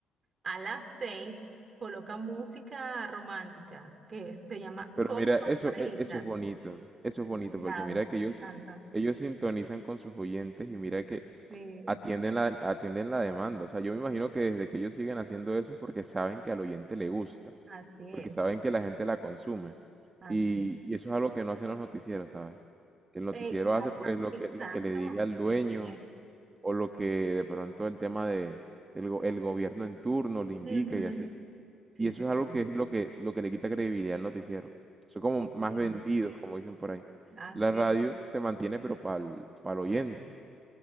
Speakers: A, on the right; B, on the right.
A: a las seis colocan música romántica, que se llama Solo
B: Pero mira,
A: para
B: eso,
A: parejitas.
B: e- eso es bonito. Eso
A: Demasiado,
B: es bonito porque mira que ellos,
A: me encanta.
B: ellos sintonizan con sus oyentes y mira que
A: Sí,
B: atienden la, atienden la demanda. O sea, yo me imagino que desde que ellos siguen haciendo eso es porque saben que al oyente le gusta,
A: así es,
B: porque saben que la gente la consume.
A: así
B: Y,
A: es.
B: y eso es algo que no hacen los noticieros, ¿sabes? Que el noticiero
A: Exacto,
B: hace pues lo
A: exacto.
B: que, lo que le diga el
A: de
B: dueño
A: Friends.
B: o lo que de pronto el tema de, del go- el gobierno en turno le indica
A: Ujú,
B: y así.
A: Sí,
B: Y
A: señor.
B: eso es algo que es lo que, lo que le quita credibilidad al noticiero. Son como
A: Sí,
B: más
A: señor.
B: vendidos, como dicen por ahí.
A: Ah,
B: La
A: sí.
B: radio se mantiene, pero para el oyente.